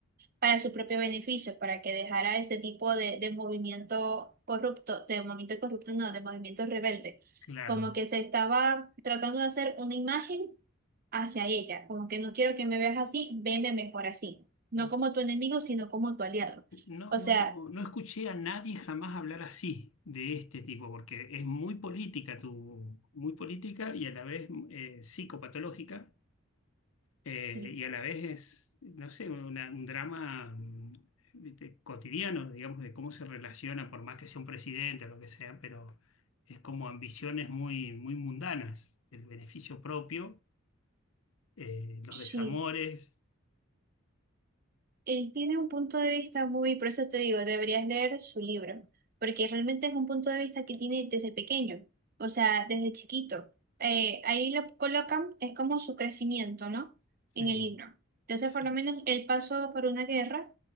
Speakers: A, on the right; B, on the left.
A: para su propio beneficio, para que dejara ese tipo de, de movimiento corrupto, de movimiento corrupto, no, de movimiento rebelde,
B: claro.
A: como que se estaba tratando de hacer una imagen hacia ella, como que no quiero que me veas así, veme mejor así, no
B: Ah,
A: como tu enemigo, sino como tu aliado.
B: No,
A: O
B: no,
A: sea,
B: no escuché a nadie jamás hablar así de este tipo, porque es muy política, tu, muy política y a la vez eh, psicopatológica eh,
A: sí,
B: y a la vez es, no sé, una- un drama mm, viste, cotidiano, digamos, de cómo se relaciona, por más que sea un presidente o lo que sea, pero es como ambiciones muy, muy mundanas, el beneficio propio, eh, los
A: sí.
B: desamores.
A: Él tiene un punto de vista muy, por eso te digo, deberías leer su libro, porque realmente es un punto de vista que tiene desde pequeño, o sea, desde chiquito. Eh, ahí lo colocan, es como su crecimiento, ¿no? En
B: Sí,
A: el libro. Entonces,
B: sí.
A: por lo menos él pasó por una guerra,